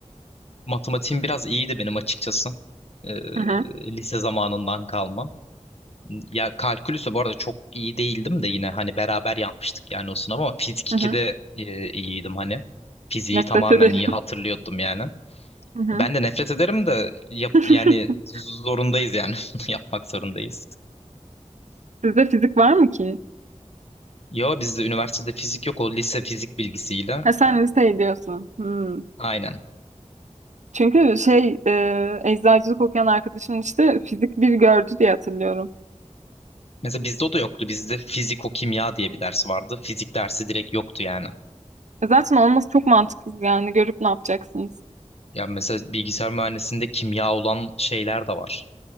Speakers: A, on the left; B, on the right.
A: Matematiğim biraz iyiydi benim açıkçası. Ee,
B: Hı hı,
A: lise zamanından kalma. Ya kalkülüse bu arada çok iyi değildim de yine hani beraber yapmıştık yani o sınavı ama fizik
B: hı
A: 2'de
B: hı.
A: e, iyiydim hani. Fiziği
B: Nefret
A: tamamen
B: ederim.
A: iyi hatırlıyordum yani.
B: Hı hı.
A: Ben de nefret ederim de yap,
B: <laughs>
A: yani zorundayız yani <laughs> bunu yapmak zorundayız.
B: Sizde fizik var mı ki?
A: Yo bizde üniversitede fizik yok o lise fizik bilgisiyle.
B: Ha sen liseyi diyorsun. Hmm.
A: Aynen.
B: Çünkü şey e, eczacılık okuyan arkadaşım işte fizik bir gördü diye hatırlıyorum.
A: Mesela bizde o da yoktu. Bizde fiziko kimya diye bir ders vardı. Fizik dersi direkt yoktu yani.
B: E Zaten olması çok mantıksız yani görüp ne yapacaksınız?
A: Ya mesela bilgisayar mühendisliğinde kimya olan şeyler de var.